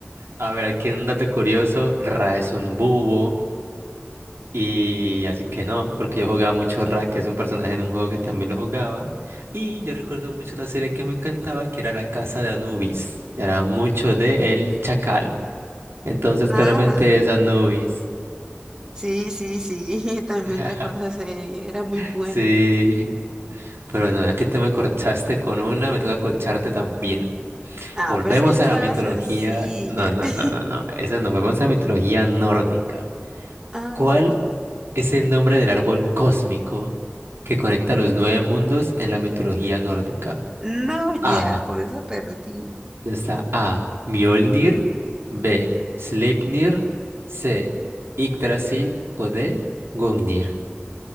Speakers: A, on the right (about 80°); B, on the right (about 20°).
A: A ver, aquí un dato curioso. Ra es un búho. Y así que no, porque yo jugaba mucho Ra, que es un personaje en un juego que también lo jugaba. Y yo recuerdo mucho una serie que me encantaba, que era La Casa de Anubis. Y era mucho de El Chacal. Entonces,
B: Ah,
A: claramente es Anubis.
B: sí, sí, sí. <laughs> También
A: <laughs>
B: recuerdo esa serie. Era muy buena.
A: Sí, pero bueno, ya que tú me corchaste con una, me toca colcharte también.
B: Ah,
A: Volvemos
B: pero es que esa
A: a
B: estaba
A: la mitología.
B: sencilla.
A: No, no,
B: <laughs>
A: no, no, no. Esa no, volvemos a la mitología nórdica.
B: Ah,
A: ¿Cuál es el nombre del árbol cósmico que conecta los nueve mundos en la mitología nórdica?
B: no, ya,
A: A.
B: con esa perdí.
A: Ya está A. Mjolnir. B. Sleipnir. C. Yggdrasil. O D. Gungnir.